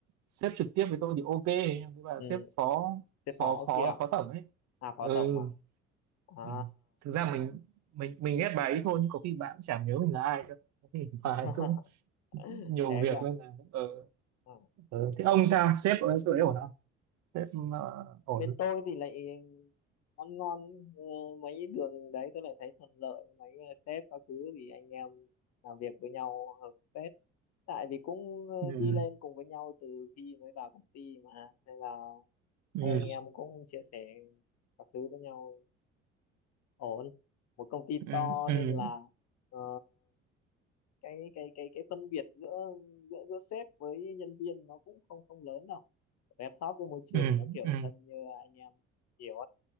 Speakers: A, on the right (about 45°); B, on the left (about 45°).
A: sếp trực tiếp với tôi thì ok nhưng mà
B: ừ.
A: sếp phó
B: sếp phó
A: phó phó
B: kia
A: phó tổng ấy
B: à phó
A: ừ,
B: tổng à à
A: ừ. thực ra mình mình mình ghét bà ấy thôi nhưng có khi bà cũng chả nhớ mình là ai đâu có khi
B: <laughs>
A: bà ấy cũng nhiều
B: thế
A: việc
B: cơ
A: nên là ừ.
B: à?
A: ừ. thế ông sao sếp ở chỗ ấy ổn không sếp ờ, ổn
B: bên
A: không?
B: tôi thì lại ăn ngon ờ, mấy đường đấy tôi lại thấy thuận lợi mấy ờ, sếp các thứ thì anh em làm việc với nhau hợp phết tại vì cũng ờ,
A: ừ.
B: đi lên cùng với nhau từ khi mới vào công ty mà nên là
A: Ừ.
B: các anh em cũng chia sẻ các thứ với nhau ổn một công ty
A: Ừ.
B: to
A: Ừ.
B: nên là ờ, cái cái cái cái phân biệt giữa giữa giữa sếp với nhân viên nó cũng không không lớn đâu web shop với môi trường
A: Ừ.
B: nó kiểu
A: Ừ.
B: thân như anh em hiểu